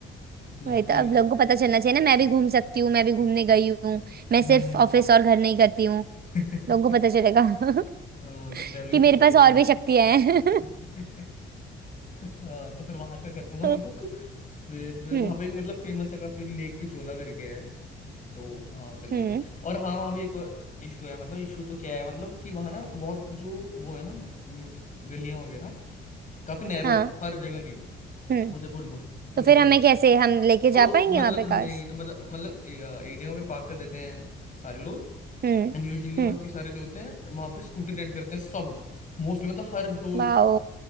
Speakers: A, on the left (about 40°); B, on the right (about 50°).
A: स्नैप
B: वही तो
A: तो
B: अब
A: यूज
B: लोगों को पता चलना चाहिए ना मैं भी घूम सकती हूँ मैं भी घूमने गई हूँ मैं
A: हम्म
B: सिर्फ ऑफिस और घर नहीं करती हूँ
A: <laughs>
B: लोगों को पता चलेगा <laughs>
A: हाँ, कि ट्रैवलिंग
B: कि
A: शुरू
B: मेरे पास
A: कर दिया
B: और भी शक्तियां हैं
A: मैंने <laughs> हाँ तो फिर वहां का कर दूंगा
B: <laughs>
A: मैं बुक फिर
B: हम्म
A: वहां पे एक मतलब फेमस है काफी लेक पिछोला करके है तो वहां कर लेंगे
B: हम्म
A: और हाँ वहां भी एक और इशू है मतलब इशू तो क्या है मतलब कि वहां ना बहुत जो वो है ना गलियां वगैरह काफी नैरो
B: हाँ
A: है हर जगह की
B: हम्म
A: उदयपुर को
B: तो
A: उदयपुर
B: फिर हमें
A: की
B: कैसे हम लेके
A: तो
B: जा पाएंगे
A: मतलब
B: वहां पे
A: नहीं
B: कार
A: तो मतलब मतलब ए- एक जगह पे पार्क कर देते हैं सारे लोग
B: हम्म
A: एंड यूजली
B: हम्म
A: बाकी सारे जो होते हैं वहां पे स्कूटी रेंट करते हैं सब मोस्टली मतलब हर दो
B: वाओ